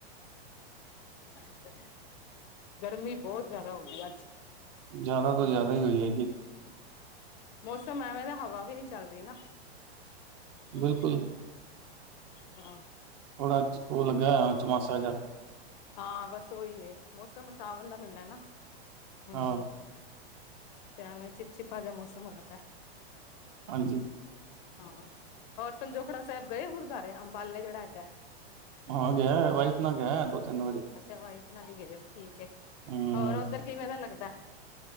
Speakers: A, on the left; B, on the right.
A: ਅੱਛਾ, ਗਰਮੀ ਬਹੁਤ ਜਾਦਾ ਹੋ ਗਈ ਅੱਜ।
B: ਜਾਦਾ ਤੋਂ
A: ਹਮ
B: ਜਾਦਾ ਈ ਹੋਈ ਹੈਗੀ।
A: ਮੌਸਮ ਐਵੇਂ ਦਾ ਹਵਾ ਵੀ ਨੀ ਚੱਲਰੀ ਨਾ। ਹੂੰ।
B: ਬਿਲਕੁਲ
A: ਹਾਂ
B: ਥੋੜਾ ਅੱਜ ਓ ਲੱਗਿਆ ਹੋਇਆ ਚੋਮਾਸਾ ਜਾ।
A: ਹਾਂ, ਬਸ ਉਹੀ ਏ ਮੌਸਮ ਸਾਵਣ ਦਾ ਮੀਨਾ ਨਾ ਹੁ
B: ਹਾਂ
A: ਤੇਵੇਂ ਚਿਪਚਿਪਾ ਜਾਂ ਮੌਸਮ ਹੋਇਆ ਪਿਆ।
B: ਹਾਂਜੀ
A: ਹਾਂ ਹੋਰ ਪੰਜੋਖੜਾ ਸਾਹਿਬ ਗਏ ਓ ਗੁਰਦੁਆਰੇ ਅੰਬਾਲੇ ਕੇੜਾ ਹੈਗਾ।
B: ਹਾਂ, ਗਿਆ ਹੋਇਆ, ਵਾਈਫ ਨਾ ਗਿਆ ਹੋਇਆ ਦੋ ਤਿੰਨ ਵਾਰੀ
A: ਅੱਛਾ ਵਾਈਫ ਨਾਲ ਹੀ ਗਏ ਓ ਠੀਕ ਅ।
B: ਹਮ
A: ਹੋਰ ਉਧਰ ਕਿਵੇਂ ਦਾ ਲੱਗਦਾ।